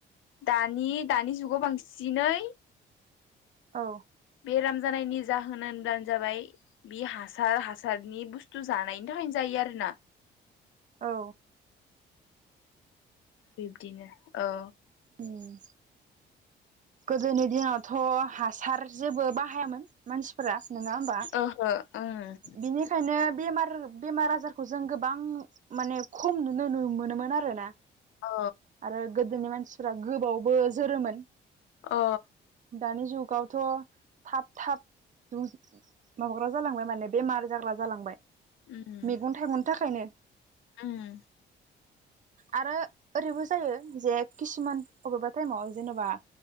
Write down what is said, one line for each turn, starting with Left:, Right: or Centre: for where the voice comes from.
Left: दानि दानि जुगाव बांसिनै
Right: औ
Left: बेराम जानायनि जाहोन होनब्लानो जाबाय बि हासार हासारनि बुस्थु जानायनि थाखायनो जायो आरो ना
Right: औ
Left: बिब्दिनो औ
Right: उम गोदोनि दिनावथ' हासार जेबो बाहायामोन मानसि फोरा नङा होमबा
Left: ओहो उम
Right: बिनिखायनो बेमार बेमार आजारखौ जों गोबां माने खम नुनो नो मोनोमोन आरोना
Left: औ
Right: आरो गोदोनि मानसि फोरा गोबावबो जोरोमोन
Left: अ
Right: दानि जुगावथ' थाब थाब माबाग्रा जालांबाय माने बेमार जाग्रा जालांबाय
Left: उम
Right: मेगन थाइगंनि थाखायनो
Left: उम
Right: आरो ओरैबो जायो जे किसुमान अबेबा टाइमाव जेनेबा